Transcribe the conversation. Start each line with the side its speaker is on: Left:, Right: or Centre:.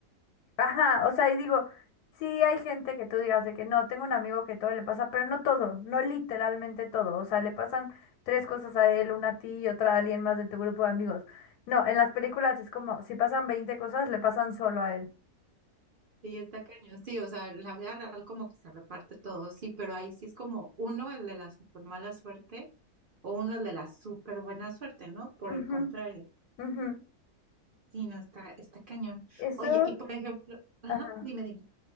Left: Ajá, o sea, y digo, sí hay gente que tú digas de que no, tengo un amigo que todo le pasa, pero no todo, no literalmente todo, o sea, le pasan tres cosas a él, una a ti y otra a alguien más de tu grupo de amigos. No, en las películas es como, si pasan veinte cosas, le pasan solo a él.
Right: Sí, está cañón. Sí, o sea, la vida real como que se reparte todo, sí, pero ahí sí es como uno el de la super mala suerte o uno el de la super buena suerte, ¿no? Por
Left: Ujú,
Right: el contrario,
Left: ujú.
Right: sí, no, está, está cañón.
Left: Eso,
Right: Oye, y por ejemplo, ajá,
Left: ajá.
Right: dime, dime.